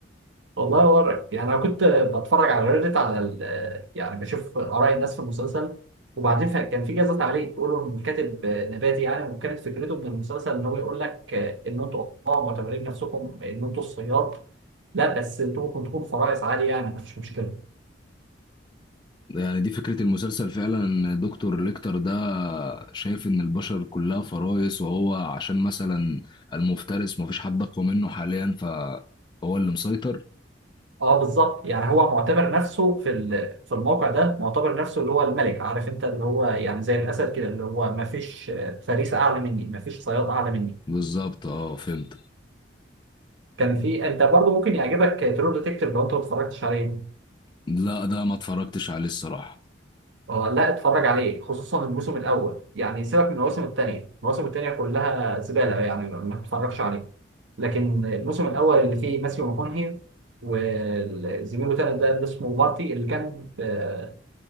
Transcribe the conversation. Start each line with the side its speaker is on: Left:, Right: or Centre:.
Right: والله يورك يعني انا كنت بتفرج على ريدت على ال- يعني بشوف اراء الناس في المسلسل وبعدين ف- كان في جزء تعليق يقولوا ان الكاتب آه، نباتي يعني وكانت فكرته من المسلسل ان هو يقول لك آه، ان انتوا اه معتبرين نفسكم ان انتوا الصياد لا بس انتوا ممكن تكونوا فرائس عادي يعني مفيش مشكله
Left: يعني دي فكرة المسلسل فعلا ان دكتور ليكتر ده شايف ان البشر كلها فرائس وهو عشان مثلا المفترس مفيش حد اقوى منه حاليا فهو اللي مسيطر
Right: اه بالظبط يعني هو معتبر نفسه في ال- في الموقع ده معتبر نفسه اللي هو الملك عارف انت اللي هو يعني زي الاسد كده اللي هو ما فيش آه، فريسه اعلى مني ما فيش صياد اعلى مني
Left: بالظبط اه فهمت
Right: كان في انت برضو ممكن يعجبك ترو ديتكتيف لو انت ما اتفرجتش عليه
Left: لا ده ما اتفرجتش عليه الصراحة
Right: اه لا اتفرج عليه خصوصا الموسم الاول يعني سيبك من المواسم الثانيه المواسم الثانيه كلها زباله يعني ما تتفرجش عليه لكن الموسم الاول اللي فيه ماسيو ماكونهي وزميله تاني ده اللي اسمه مارتي اللي كان آه،